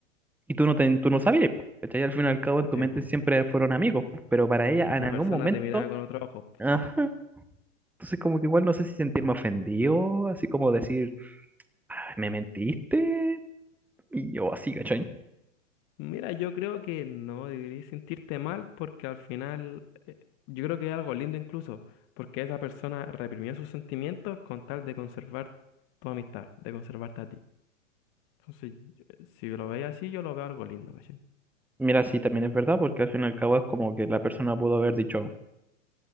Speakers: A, in the centre; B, on the left (about 30°).
A: Y tú no, te, tú no sabías, po, ¿cachai? Al fin y al cabo en tu
B: Sí,
A: mente
B: po.
A: siempre fueron amigos, po, pero para ella
B: Esa
A: en algún
B: persona
A: momento,
B: te miraba con otro ojo.
A: ajá. Entonces como que igual no sé si sentirme ofendido, así como decir, "Ay, me mentiste, y yo así, ¿cachai?
B: Mira, yo creo que no deberías sentirte mal porque al final eh, yo creo que es algo lindo incluso, porque esa persona reprimió sus sentimientos con tal de conservar tu amistad, de conservarte a ti. Entonces, yo- eh, si lo veis así, yo lo veo algo lindo, ¿cachai?
A: Mira, sí, también es verdad, porque al fin y al cabo es como que la persona pudo haber dicho,